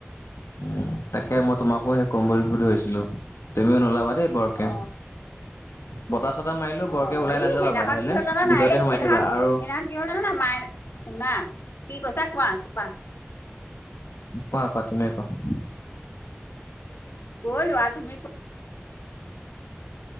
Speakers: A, on the left; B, on the left.
A: হুম, তাকে মই তোমাকো সেই কম বুলি ভাবছিলো তুমিও নোলাবা দে বৰকে।
B: অ
A: বতাহ চতাহ মাৰিলেও বৰকে
B: অ',
A: ওলাই
B: অ'এই
A: নাযাবা
B: সেইদিনাখন
A: বাহিৰলে।
B: কি হল জানা'
A: ভিতৰতে
B: নাই এই
A: সোমাই
B: সেইদিনাখন
A: থাকিবা আৰু
B: সেইদিনাখন কিহল জান' নাই মায়ে সোনা কি কইচা কোৱা কোৱা
A: কোৱা কোৱা তুমিয়ে কোৱা?
B: <unintelligible> লোৱা তুমি